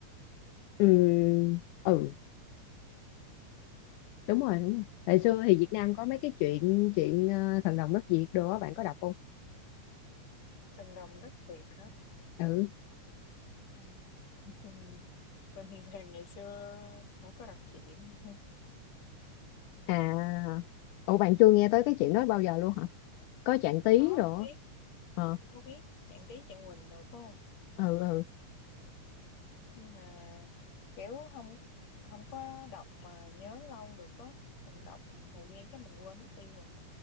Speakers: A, on the left; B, on the left.
A: Ừ, ừ, đúng rồi đúng rồi hồi xưa thì Việt Nam có mấy cái chuyện chuyện ờ, thần đồng đất Việt đồ á bạn có đọc không
B: Thần đồng đất Việt hả?
A: ừ
B: Ừm, <laughs> mình thì ngày xưa cũng có đọc truyện.
A: à ủa bạn chưa nghe tới cái chuyện đó bao giờ luôn hả có Trạng Tí
B: Có,
A: rồi
B: có biết.
A: ờ
B: Chị có biết Trạng Tí Trạng Quỳnh được phải không?
A: ừ ừ
B: Nhưng mà kiểu không không có đọc mà nhớ lâu được á. Mình đọc một thời gian cái mình quên mất tiêu rồi.